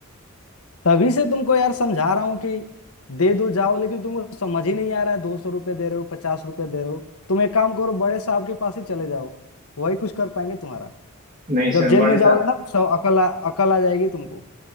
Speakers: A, on the left; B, on the right.
A: तभी से तुमको यार समझा रहा हूँ कि दे दो जाओ लेकिन तुमको समझ ही नहीं आ रहा है दो सौ रुपये दे रहे हो पचास रुपये दे रहे हो तुम एक काम करो बड़े साहब के पास ही चले जाओ वही कुछ कर पाएंगे तुम्हारा
B: नहीं
A: जब
B: सर
A: जेल
B: बड़े
A: में जाओगे
B: साहब
A: ना तो सब अकल आ, अकल आ जाएगी तुमको